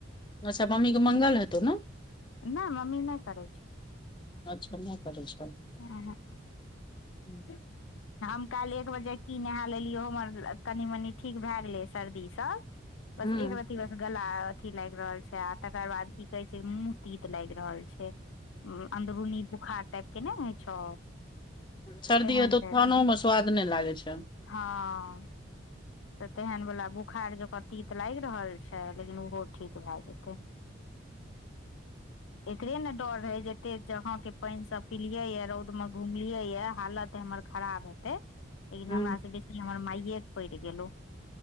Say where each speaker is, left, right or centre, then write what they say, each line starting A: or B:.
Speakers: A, on the left; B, on the left.
A: अच्छा मम्मी कऽ मंगल हेतौ नऽ
B: नय मम्मी नय करै छै
A: अच्छा नहि करै छौ
B: उहुँ
A: <inaudible>
B: <inaudible> हम काइल एक बजे की नहा लेलियै हमर कनि मनि ठीक भए गेलै सर्दीसभ बस
A: हूँ
B: एक रति बस गला थि लाइग रहल छै आ तकर बाद की कहे छै मुँह तीत लाइग रहल छै अन्दरूनी बोखार टाइप केँ नय होइ छौ
A: सर्दी
B: तेहन
A: हेतौ
B: टाइप
A: खनो
B: के
A: मऽ स्वाद नय लागै छै
B: हँ तऽ तेहन वला बुखार जो का तीत लाइग रहल छै लेकिन ओहो ठीक भए जेतै
A: <inaudible>
B: एकरे ने डर रहे जते जगहं के पानि सब पीिलिये ये रौद में घुमलिये ये हालत हमर खराब हेतै इ नऽ
A: ह
B: हमरासे बेसी हमर माइए पड़ि गेलहु